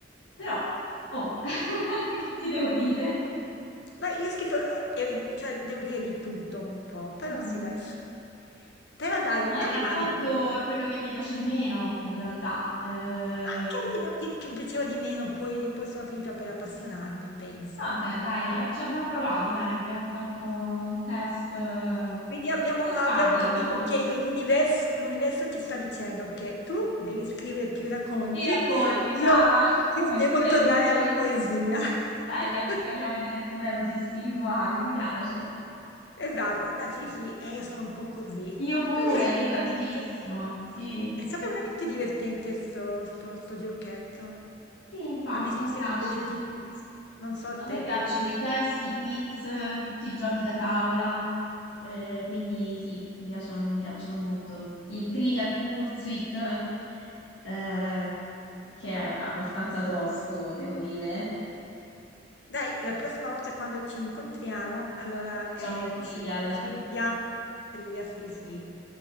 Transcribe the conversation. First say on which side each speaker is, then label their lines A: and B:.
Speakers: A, on the left; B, on the left.
A: Però, oh, <laughs> che ti devo dire?
B: Dai, io ho scritto, eh, eh, cioè, devo dire di tutto un po', però
A: Mm.
B: sì, dai. s- Però dai,
A: No,
B: non
A: il racconto
B: è male come... ma
A: è quello che mi piace di meno, in realtà. Eh,
B: Anche a me devo dire che mi piaceva di meno, poi, poi sono finita per appassionarmi, pensa.
A: vabbè, dai, ah, ci abbiamo provato, dai, abbiamo fatto un test eh,
B: Quindi abbiamo,
A: empatico.
B: abbiamo capito che l'universo l'universo ti sta dicendo che tu devi scrivere più racconti,
A: I racconti,
B: <laughs>
A: brava!
B: io,
A: <laughs>
B: io
A: E
B: devo
A: tu le
B: tornare
A: poesie.
B: alla poesia. <laughs>
A: Bella questa chiave di lettura così spirituale, mi piace.
B: Esatto, beh sì, sì, e io sono un po' così.
A: Io pure,
B: Però è stato
A: io
B: veramente,
A: tantissimo, sì.
B: è stato veramente divertente sto, sto, sto giocchetto.
A: Sì, infatti,
B: A me sono
A: mi
B: sempre
A: piace.
B: piaciuti i quiz. Non so a
A: A
B: te,
A: me piacciono
B: però sì.
A: i testi, i quiz, tutti i giochi da tavola, eh, quindi sì, mi piacciono, mi piacciono molto. Il Trivial Pursuit, eh, che è abbastanza tosto, devo dire.
B: Dai, la prossima volta quando ci incontriamo, allora
A: Facciamo
B: eh,
A: il Trivial.
B: ci ci sfidiamo in trivia, sì, sì,